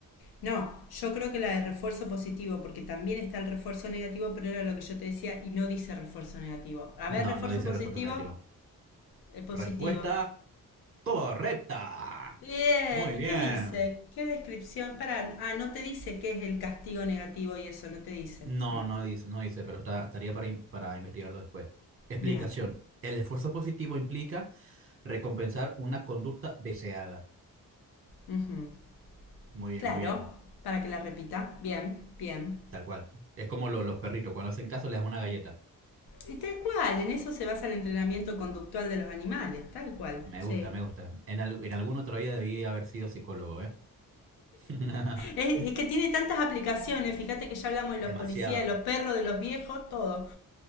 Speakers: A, on the left; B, on the right.
A: No, yo creo que la de refuerzo positivo, porque también está el refuerzo negativo, pero era lo que yo te decía y no dice refuerzo negativo. A
B: No,
A: ver, refuerzo
B: no dice
A: positivo,
B: refuerzo negativo.
A: el positivo.
B: Respuesta correcta.
A: Bien,
B: Muy
A: ¿y
B: bien.
A: qué dice? ¿Qué descripción? Para, ah, no te dice qué es el castigo negativo y eso, no te dice.
B: No,
A: No.
B: no dice, no dice, pero está, estaría para, in- para investigarlo después. Explicación.
A: Bien.
B: El esfuerzo positivo implica recompensar una conducta deseada.
A: Ujú.
B: Muy bien,
A: Claro,
B: muy bien.
A: para que la repita. Bien, bien.
B: Tal cual. Es como lo- los perritos. Cuando hacen caso, les das una galleta.
A: Y tal cual, en eso se basa el entrenamiento conductual de los animales, tal cual,
B: Me
A: sí.
B: gusta, me gusta. En, al- en alguna otra vida debí haber sido psicólogo, ¿eh? <laughs>
A: Es, es que tiene tantas aplicaciones. Fíjate que ya hablamos de
B: Demasiado.
A: los policías, de los perros, de los viejos, todo.